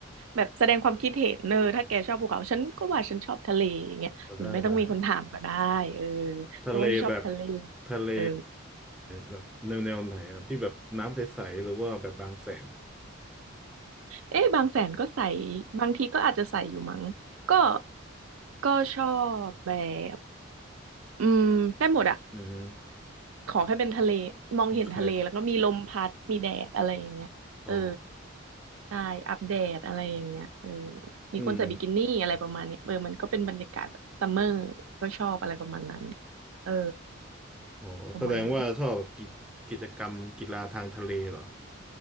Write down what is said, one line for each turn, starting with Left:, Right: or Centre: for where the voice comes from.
Right: แบบแสดงความคิดเห็นเนออถ้าแกชอบภูเขาฉันก็ว่าฉันชอบทะเลอย่างเงี้ยมันไม่ต้องมีคนถามก็ได้เออ
Centre: เอาได้ได้ ทะเลแบบ
Right: แต่ว่าฉันชอบทะเล
Centre: ทะเล
Right: เออ
Centre: แบบแนวแนวไหนอ่ะที่แบบน้ำใสๆหรือว่าแบบบางแสน
Right: เอ๊ะบางแสนก็ใส่บางทีก็อาจจะใส่อยู่มั้งก็ก็ชอบแบบอืมได้หมดอะ
Centre: อืม
Right: ขอให้เป็นทะเลมองเห็นทะเลแล้วก็มีลมพัดมีแดดอะไรอย่างเงี้ยเออ
Centre: โอเค อ๋อ
Right: ใช่อัปเดตอะไรอย่างเงี้ยเออมีคนใส่บิกินี่อะไรประมาณเนี้ยเออมันก็เป็นบรรยากาศแบบซัมเมอร์ก็ชอบอะไรประมาณนั้น
Centre: อืม
Right: เออ
Centre: อ๋อแสดงว่าชอบกิจกิจกรรมกีฬาทางทะเลเหรอ
Right: ประมาณนั้น